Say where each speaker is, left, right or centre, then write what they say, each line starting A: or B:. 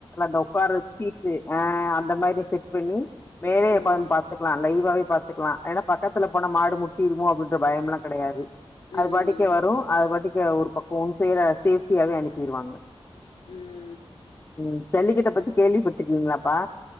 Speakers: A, on the left; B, on the left.
A: அந்த ஒக்கார சீட்டு ஆ அந்த மாரி செட் பண்ணி மேலயே
B: ம்
A: உக்காந்த் பாக் பாத்துக்லா லைவ்வாவே பாத்துக்லா ஏன்னா பக்கத்துல போன மாடு முட்டிடுமோ அப்டின்ற பயம்ல்லா கெடையாது
B: ம்
A: அது பாட்டக்கு வரும் அது பாட்டக்கே ஒரு பக்கம் ஒன் சைடா சேஃப்டியாவே அனுப்பி விடுவாங்க
B: ம்
A: ம் ஜல்லிக்கட்ட பத்தி கேள்விப்பட்ருக்கீங்ளா பா